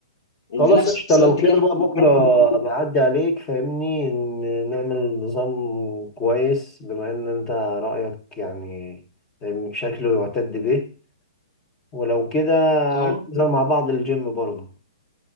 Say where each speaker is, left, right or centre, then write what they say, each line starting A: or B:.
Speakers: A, on the left; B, on the left.
A: وفي
B: خلاص
A: نفس
B: قشطة لو
A: الوقت
B: كده
A: كلت
B: بقى بكرة
A: كلت
B: أبقى أعدي عليك فاهمني إن نعمل نظام كويس بما إن أنت رأيك يعني فاهمني، شكله يعتد به ولو كده
A: خلاص
B: ننزل مع بعض الجيم برضه